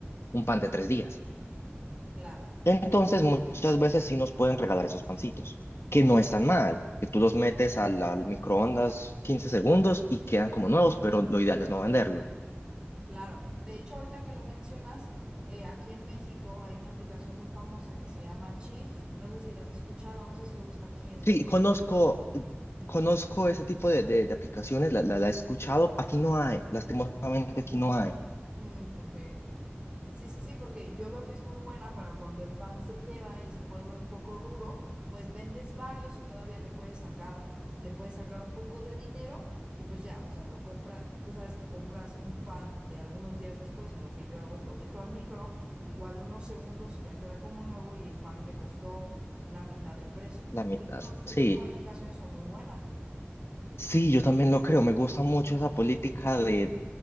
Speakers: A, on the left; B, on the right.
A: un pan de tres días.
B: claro,
A: Entonces muchas veces sí nos pueden regalar esos pancitos, que no están mal, que tú los metes al, al microondas 15 segundos y quedan como nuevos, pero lo ideal es no venderlos.
B: claro. De hecho, ahorita que lo mencionas, eh, aquí en México hay una aplicación muy famosa que se llama Chief. No sé si la has escuchado, no sé si solo está aquí en México.
A: Sí, conozco, conozco ese tipo de, de- de aplicaciones, la, la, la he escuchado. Aquí no hay, lastimosamente aquí no hay,
B: Mm, ok. Sí, sí, sí, porque yo veo que es muy buena para cuando el pan se queda y se vuelve un poco duro, pues vendes varios y todavía le puedes sacar, le puedes sacar un poco de dinero y pues ya, o sea, lo compra, tú sabes que compras un pan de algunos días después y lo que yo hago es lo meto al micro, igual unos segundos y ya queda como nuevo y el pan me costó la mitad de precio.
A: la mitad.
B: Y yo creo que ese
A: Sí,
B: tipo de aplicaciones son muy buenas.
A: sí, yo también lo creo. Me gusta mucho esa política de